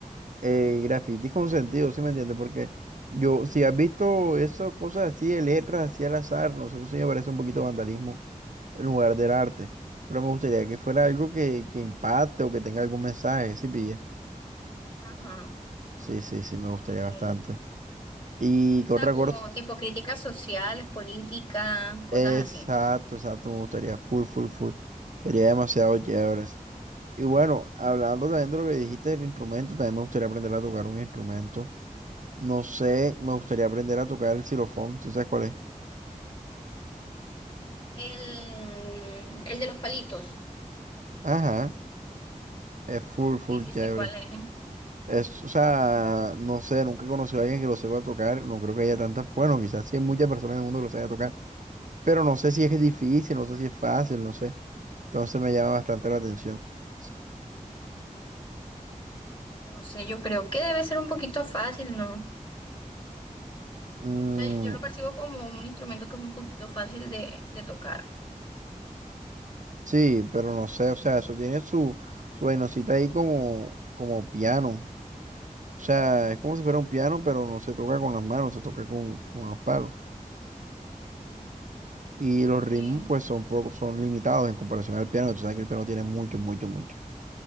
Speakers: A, on the right; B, on the left.
A: eh, grafitis con sentido, ¿sí me entiendes? Porque yo, si has visto esas cosas así de letras, así al azar, no sé, eso sí me parece un poquito vandalismo en lugar del arte. Pero me gustaría que fuera algo que, que impacte o que tenga algún mensaje, ¿sí pilla?
B: Ajá,
A: Sí, sí, sí, me gustaría
B: ok. O
A: bastante. Y
B: sea,
A: que otra
B: como
A: cosa,
B: tipo críticas sociales, políticas, cosas
A: exacto,
B: así.
A: exacto, me gustaría, full, full, full. Sería demasiado chévere. Y bueno, hablando también de lo que dijiste del instrumento, también me gustaría aprender a tocar un instrumento. No sé, me gustaría aprender a tocar el xilofón, si sabes cuál es.
B: El, el de los palitos.
A: Ajá, es full, full
B: Sí, sí,
A: chévere.
B: sé cuál es.
A: Es, o sea, no sé, nunca he conocido a alguien que lo sepa tocar, no creo que haya tantas, bueno, quizás sí hay muchas personas en el mundo que lo sepa tocar, pero no sé si es difícil, no sé si es fácil, no sé. Entonces me llama bastante la atención. S-
B: No sé, yo creo que debe ser un poquito fácil, ¿no? O
A: mm,
B: sea, yo lo percibo como un instrumento que es un poquito fácil de, de tocar.
A: sí, pero no sé, o sea, eso tiene su, su vainosita ahí como, como piano. O sea, es como si fuera un piano, pero no se toca con las manos, se toca con, con los palos. Y los ritmos,
B: Sí.
A: pues, son, poco, son limitados en comparación al piano, que tú sabes que el piano tiene mucho, mucho, mucho.